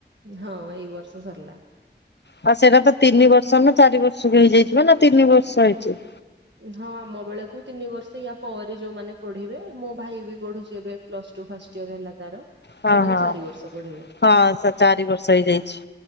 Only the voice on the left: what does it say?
ଆଉ ସେଟା ତ ତିନି ବର୍ଷ ନା ଚାରି ବର୍ଷକୁ ହେଇଯାଇଚି ପା ନା ତିନି ବର୍ଷ ହେଇଚି।
ହଁ
ହଁ
ହଁ ସ ଚା ଚାରି ବର୍ଷ ହେଇଯାଇଚି।